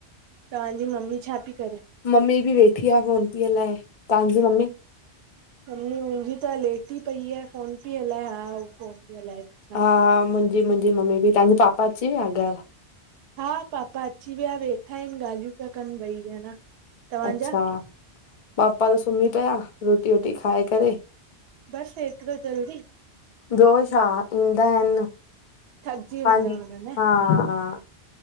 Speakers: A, on the right (about 65°); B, on the left (about 55°).
A: तहांजी मम्मी छा पई करे?
B: मम्मी बि वेठी आ फोन ती हलाए। तहांजी मम्मी
A: मम्मी मुंहिंजी त लेटी पई आ, फोन पई हलाए, हा उथो ॻालायो।
B: हा, मुंहिंजी- मुंहिंजी मम्मी बि, तव्हांजा पापा अची विया घर?
A: हा, पापा अची विया, वेठा आहिनि, ॻाल्हियूं पिया कनि ॿई ॼणा। तव्हांजा
B: अच्छा, पापा त सुम्ही पिया रोटी वोटी खाए करे।
A: बसि एतिरो जल्दी?
B: ॿियो छा? ईंदा आहिनि,
A: थकिजी हूंदा
B: पांजी
A: हूंदा न
B: हा- हा।